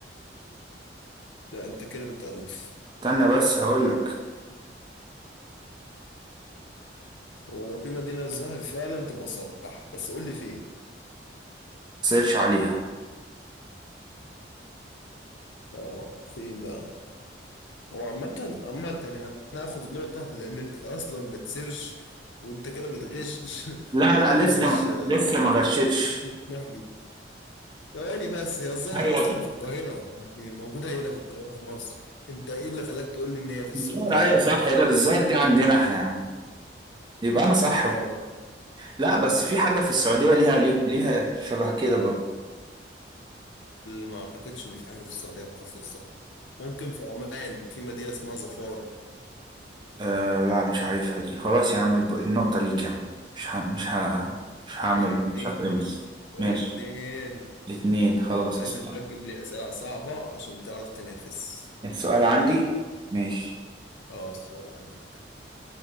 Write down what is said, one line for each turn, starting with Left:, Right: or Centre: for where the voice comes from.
Left: لا انت كده بتألف
Right: استنى بس هقولك
Left: هو لو في مدينة الظاهر فعلا تبقى صح بس قول لي فين
Right: سيرش عليها
Left: اه فين بقى هو عامة عامة يعني انا هاخد النقطة لان انت اصلا بتسيرش وانت كده بتغش <laughs>
Right: لا
Left: وده
Right: لا لسه
Left: مش
Right: ما
Left: آه،
Right: لسه ما غشتش
Left: مش محبي ثواني بس هي الظاهر
Right: ايوه
Left: اصلا في القاهرة يعني موجودة هنا في القاهرة في مصر انت ايه اللي خلاك تقول لي ان هي في السعودية
Right: الظاهر ايوه صح يا ده الظاهر دي عندنا احنا يا عم يبقى انا صح
Left: اه
Right: لا بس في حاجة في السعودية ليها ليها شبه كده برضه
Left: ما اعتقدش ان في حاجه في السعوديه بحرف الظهر ممكن في عمان في مدينه اسمها ظفار
Right: آه لا مش عارفها دي خلاص يا عم الب- النقطة ليك يا عم مش ه... مش ه... مش هعمل
Left: فرق اتنين
Right: مش هتقمص
Left: فرق
Right: ماشي
Left: اتنين
Right: اتنين خلاص
Left: عايزك
Right: السؤال
Left: بقى تجيب لي اسئله صعبه عشان تعرف تنافس
Right: السؤال عندي ماشي
Left: اه السؤال عندك